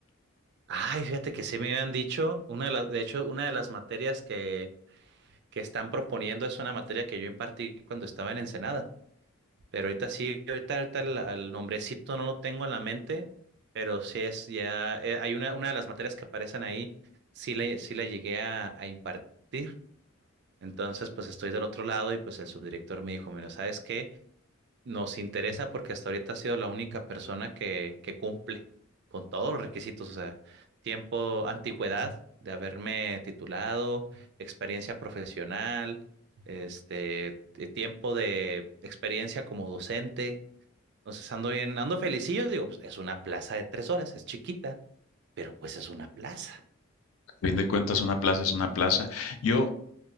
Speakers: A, on the right; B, on the left.
A: Ay, fíjate que sí me habían dicho, una de las, de hecho, una de las materias que que están proponiendo es una materia que yo impartí cuando estaba en Ensenada. Pero ahorita sí, ahorita, ahorita el, el nombrecito no lo tengo en la mente, pero sí es ya, eh, hay una, una de las materias que aparecen ahí, sí la sí la llegué a, a impartir. Entonces, pues estoy del otro lado y pues el subdirector me dijo, mira, ¿sabes qué? Nos interesa porque hasta ahorita ha sido la única persona que, que cumple con todos los requisitos, o sea, tiempo, antigüedad de haberme titulado, experiencia profesional, este, de tiempo de experiencia como docente. Entonces ando bien, ando felicillo, digo, pues es una plaza de tres horas, es chiquita, pero pues es una plaza.
B: A fin de cuentas, una plaza es una plaza. Yo,